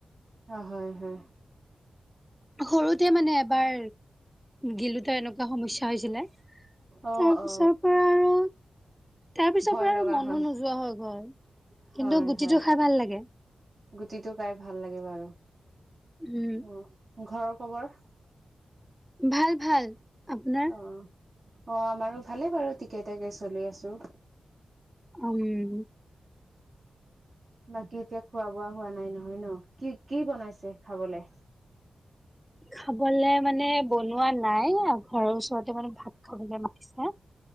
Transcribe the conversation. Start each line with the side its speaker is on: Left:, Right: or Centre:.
Right: হয়, হয়।
Centre: সৰুতে মানে এবাৰ গিলোতে এনেকুৱা সমস্যা হৈছিলে।
Right: অ
Centre: তাৰপিছৰ
Right: অ
Centre: পৰা আৰু। তাৰপিছৰ
Right: ভয়
Centre: পৰা
Right: লগা
Centre: আৰু মনো
Right: হয়
Centre: নোযোৱা হৈ গ'ল,
Right: হয়
Centre: কিন্তু গুটিটো
Right: হয়
Centre: খাই ভাল লাগে।
Right: গুটিটো খাই ভাল লাগে বাৰু।
Centre: উম।
Right: অ ঘৰৰ খবৰ?
Centre: ভাল, ভাল আপোনাৰ?
Right: অ অ', আমাৰো ভালে বাৰু ঠিকে ঠাকে চলি আছোঁ।
Centre: উম।
Right: বাকী এতিয়া খোৱা বোৱা হোৱা নাই নহয় ন কি কি বনাইছে খাবলে?
Centre: খাবলে মানে বনোৱা নাই, ঘৰৰ ওচৰতে মানে ভাত খাবলে মাতিছে।